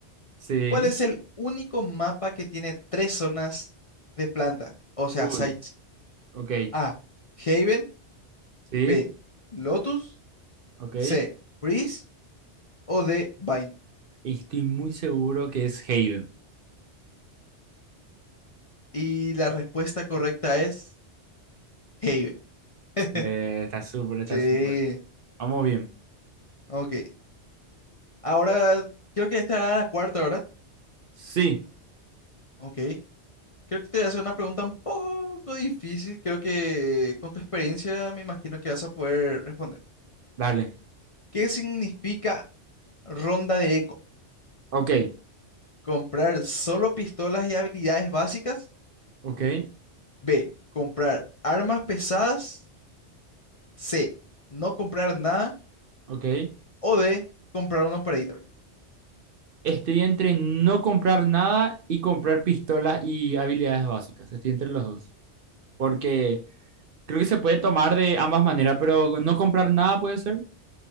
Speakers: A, on the right (about 55°); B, on the left (about 40°).
A: Sí.
B: ¿Cuál es el único mapa que tiene tres zonas de planta? O sea,
A: Uy,
B: sites.
A: ok.
B: A. Haven.
A: Sí,
B: B. Lotus.
A: ok.
B: C. Breeze. O D. Vine.
A: Estoy muy seguro que es Hayden.
B: Y la respuesta correcta es Haven. <laughs>
A: Eh, está súper, está
B: Sí.
A: súper. Vamos bien.
B: Ok. Ahora, creo que esta era la cuarta, ¿verdad?
A: Sí,
B: Ok. Creo que te voy a hacer una pregunta un poco difícil. Creo que con tu experiencia me imagino que vas a poder responder.
A: dale.
B: ¿Qué significa ronda de eco?
A: Ok,
B: Comprar solo pistolas y habilidades básicas.
A: ok,
B: B. Comprar armas pesadas. C. No comprar nada.
A: ok.
B: O D. Comprar un operator.
A: Estoy entre no comprar nada y comprar pistolas y habilidades básicas. Estoy entre los dos. Porque creo que se puede tomar de ambas maneras, pero no comprar nada puede ser.